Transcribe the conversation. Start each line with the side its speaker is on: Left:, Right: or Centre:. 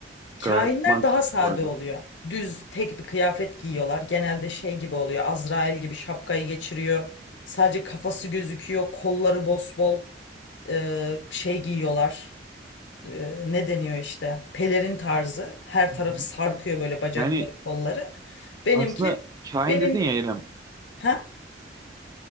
Right: gayet
Left: Kahinler
Right: mantıklı
Left: daha sade
Right: bu arada.
Left: oluyor. Düz tek bir kıyafet giyiyorlar. Genelde şey gibi oluyor. Azrail gibi şapkayı geçiriyor. Sadece kafası gözüküyor. Kolları bosbol e, şey giyiyorlar. e, ne deniyor işte pelerin tarzı her
Right: Hı
Left: tarafı
Right: hı.
Left: sarkıyor böyle bacakları
Right: Yani
Left: kolları. Benimki
Right: aslında kain
Left: benim
Right: dedin ya İrem.
Left: ha